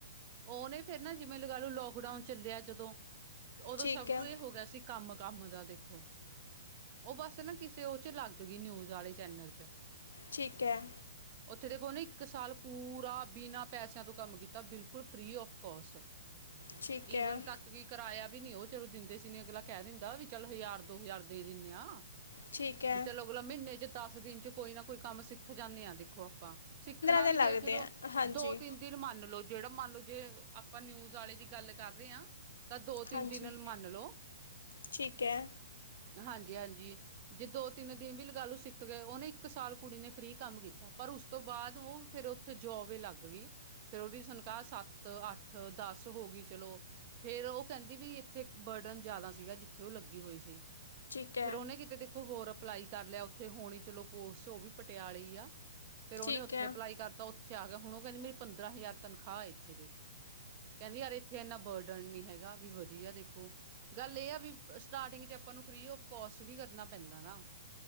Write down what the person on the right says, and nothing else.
ਉਹਨੇ ਫੇਰ ਨਾ ਜਿਵੇਂ ਲਗਾ ਲੋ ਲੋਕਡਾਊਨ ਚੱਲਿਆ ਜਦੋਂ ਉਦੋਂ
ਸਭ
ਨੂੰ ਇਹ ਹੋ ਗਿਆ ਸੀ, ਕੰਮ ਕੰਮ ਦਾ ਦੇਖੋਂ। ਉਹ ਬਸ ਨਾ ਕਿਸੇ ਉਹ ਚ ਲੱਗ ਗਈ ਨਿਊਜ ਵਾਲੇ ਚੈਨਲ ਚ।
ਉੱਥੇ ਦੇਖੋ ਨਾ ਇੱਕ ਸਾਲ ਪੂਰਾ ਬਿਨਾਂ ਪੈਸਿਆਂ ਤੋਂ ਕੰਮ ਕੀਤਾ ਬਿਲਕੁਲ ਫਰੀ ਆਫ ਕੋਸਟ
ਈਵਨ ਤੱਕ। ਕਿਉ ਕਿਰਾਇਆ ਵੀ ਨੀ ਉਹ ਚਲੋ ਦਿੰਦੇ ਸੀ ਨ ਅਗਲਾ ਕਹਿ ਦਿੰਦਾ ਵੀ ਚੱਲ ਹਜ਼ਾਰ ਦੋ ਹਜ਼ਾਰ ਦੇ ਦਿੰਦੇ ਆ।
ਵੀ ਚਲੋ ਅਗਲਾ ਮਹੀਨੇ ਚ ਦਸ ਦਿਨ ਚ ਕੋਈ ਨਾ ਕੋਈ ਕੰਮ ਸਿੱਖ ਜਾਂਦੇ ਆਂ ਦੇਖੋ ਆਪਾਂ ਸਿੱਖਣਾ
ਵੀ
ਕਿ ਜਦੋਂ
ਦੋ ਤਿੰਨ ਦਿਨ ਮੰਨ ਲਓ ਜਿਹੜਾ ਮੰਨ ਲਓ। ਜੇ ਆਪਾਂ ਨਿਊਜ਼ ਵਾਲੇ ਦੀ ਗੱਲ ਕਰ ਰਹੇ ਹਾਂ। ਤਾਂ ਦੋ ਤਿੰਨ
ਦਿਨ ਮੰਨ ਲਓ।
ਹਾਂਜੀ ਹਾਂਜੀ ਜੇ ਦੋ ਤਿੰਨ ਦਿਨ ਵੀ ਲਗਾ ਲਓ ਸਿੱਖ ਗਏ ਉਹਨੇ ਇੱਕ ਸਾਲ ਫਰੀ ਕੰਮ ਕੀਤਾ ਪਰ ਉਸ ਤੋਂ ਬਾਅਦ ਉਹ ਫਿਰ ਉੱਥੇ ਜੋਬ ਈ ਲੱਗ ਗਈ। ਫਿਰ ਉਹਦੀ ਤਨਖਾਹ ਸੱਤ ਅੱਠ ਦਸ ਹੋ ਗਈ ਚਲੋ। ਫੇਰ ਉਹ ਕਹਿੰਦੀ ਵੀ ਇੱਥੇ ਬਰਡਨ ਜ਼ਿਆਦਾ ਸੀਗਾ ਜਿੱਥੇ ਉਹ ਲੱਗੀ ਹੋਈ ਸੀ।
ਫੇਰ ਉਹਨੇ ਕਿਤੇ ਦੇਖੋ ਹੋਰ ਅਪਲਾਈ ਕਰ ਲਿਆ ਉੱਥੇ ਹੋਣੀ ਚਲੋ ਪੋਸਟ ਉਹ ਵੀ ਪਟਿਆਲੇ ਈ ਆ ਫਿਰ ਉਹਨੇ
ਉੱਥੇ
ਅਪਲਾਈ ਕਰਤਾ। ਇੱਥੇ ਆ ਗਿਆ ਹੁਣ ਉਹ ਕਹਿੰਦੀ ਮੇਰੀ ਪੰਦਰਾਂ ਹਜ਼ਾਰ ਤਨਖਾਹ ਆ ਇੱਥੇ ਦੇ ਕਹਿੰਦੀ ਯਾਰ ਇੱਥੇ ਇੰਨਾ ਬਰਡਨ ਨੀ ਹੈਗਾ ਵੀ ਵਧੀਆ ਦੇਖੋ। ਗੱਲ ਇਹ ਆ ਵੀ ਸਟਾਰਟਿੰਗ ਚ ਆਪਾਂ ਨੂੰ ਫਰੀ ਆਫ ਕੋਸਟ ਵੀ ਕਰਨਾ ਪੈਂਦਾ ਨਾ।